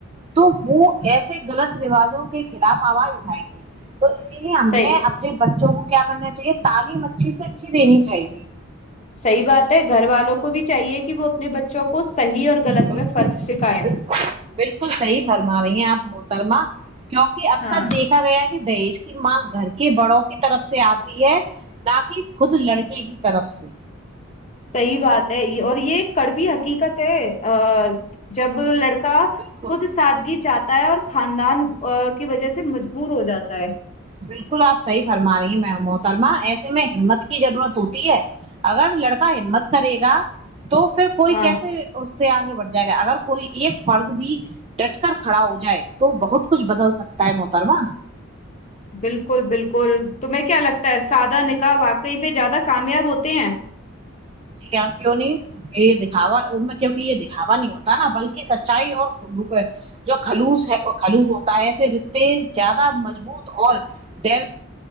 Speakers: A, on the right; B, on the left.
A: تو وہ ایسے غلط رواجوں کے خلاف آواز اٹھائیں گے تو اسی لیے ہم
B: صحیح
A: نے اپنے ب بچوں کو کیا کرنا چاہیے تعلیم اچھی سے اچھی دینی چاہیے
B: صحی بات ہے گھر والوں کو بھی چاہیے کہ وہ اپنے بچوں کو صحیح اور غلط
A: بکل
B: میں فرق سکھائے
A: ب بالکل صحی فرما رہی ہیں آپ محترما کیونکہ اکثر
B: ہاں
A: دیکھا گیا ہے کہ دہیج ماں گھر کے بڑوں کی طرف سے آتی ہے نہ کہ خود لڑکے کی طرف سے
B: صحیح بات ہے یہ اور یہ ایک کڑبی حقیقت ہے جب لڑک کا
A: بالکل
B: خود سادگی چاہتا اور خاندان کی وجہ سے مجبور ہو جاتا ہے
A: بالکل آپ صحیح فرما رہی میں محترما ایسے میں ہمت کی ضرورت ہوتی ہے اگر لڑک کا ہمت کرے گا تو پھر کوئی
B: ہاں
A: کیسے سے آگے بڑھ جائے گا اگر کوئی ایک فرد بھی ٹ کر کھڑا ہو جائے تو بہت کچھ بدل سکتا ہے محترما
B: بالکل بالکل تمہیں کیا لگتا ہے سادہ نکاح واقعی بھی زیادہ کامیاب ہوتے ہیں
A: جاں کیوں نہیں یہ دکھاوا ان میں کیکہ یہ دکھاوا نہیں ہوتا ہوتا نا بلکہ سچائی اور کو جو خلوس ہے خلوص ہوتا ہے ایسے رشتے زیادہ مضبوط اور دیر